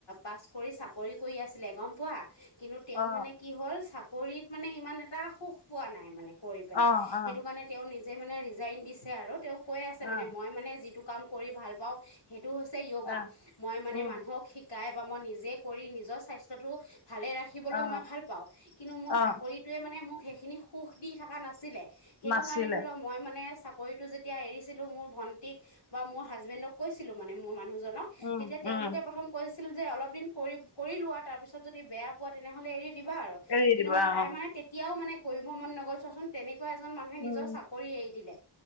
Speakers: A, on the left; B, on the left.
A: pass কৰি চাকৰি কৰি আছিলে গম পোৱা কিন্তু তেওঁ
B: অ
A: মানে কি হ'ল চাকৰিত মানে ইমান এটা সুখ পোৱা নাই মানে। কৰি পেলাই।
B: অ অ
A: সেইটো কাৰণে তেওঁ নিজে মানে ৰিজাইন দিছে আৰু তেওঁ কৈ আছে
B: অ
A: মানে মই মানে যিটো- কাম কৰি ভাল পাওঁ সেইটা হৈছে যোগা।
B: অ
A: মই মানে
B: উম
A: মানুহক শিক- তাই বা মই নিজে কৰি, নিজৰ স্বাস্থ্যটো ভালে ৰাখিবলৈ
B: অ
A: মই ভাল পাওঁ কিন্তু মোৰ
B: অ
A: চাকৰিটোৱে মানে মোক সেইখিনি সুখ দি থাকা নাছিলে। সেইটো
B: নাছিলে
A: কাৰণে ধৰি লও মই মানে চাকৰিটো যেতিয়া এৰিছিলো মোৰ ভন্টিক বা মোৰ হাজবেণ্ডক কৈছিলো মানে মোৰ মানুহ জ- ন'
B: উম
A: তেতিয়া তেওঁলোকে
B: উম
A: প্ৰথম কৈছিল যে অলপ দিন কৰি, কৰিলোৱা তাৰপিছত যদি বেয়া পোৱা তেনেহ'লে এৰি দিবা আৰু
B: এৰি
A: কিন্তু
B: দিবা
A: মানে তাই
B: অ
A: মানে তেতিয়াও মানে কৰিব মন নগ'ল চোৱাচোন তেনে- তেনেকুৱা এজন মানুহে
B: উম
A: নিজৰ চাকৰি এৰি দিলে